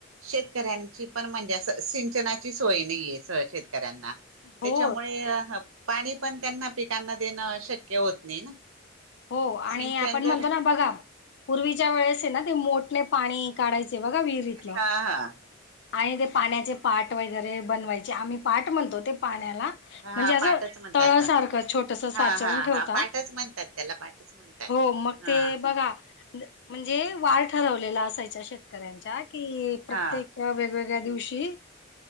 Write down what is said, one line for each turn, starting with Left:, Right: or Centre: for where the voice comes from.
Right: शेतकऱ्यांची पण म्हणजे सिंचनाची सोय नाहीयेत. शेतकऱ्यांना त्याच्यामुळे
Left: हो
Right: पाणी पण त्यांना पिकांना देणं शक्य होत नाही ना.
Left: हो
Right: सिंचंदर
Left: आणि आपण म्हणतो ना बघा पूर्वीच्या वेळेस ना ते मोटने पाणी काढायचे. बघा विहीरीतल.
Right: हा हा
Left: आणि ते पाण्याचे पाट वगैरे बनवायचे आम्ही पाट म्हणतो ते पाण्याला.
Right: हा
Left: म्हणजे असं
Right: पाठच म्हणतात
Left: तळ सारखं छोटस
Right: हा
Left: साचवून
Right: हा
Left: ठेवता.
Right: हा पाठच म्हणतात त्याला पाठच म्हणतात
Left: हो मग
Right: हा
Left: ते बघा म्हणजे वार ठरवलेला असायच. शेतकऱ्यांच्या की प्रत्येक
Right: हा
Left: वेगवेगळ्या दिवशी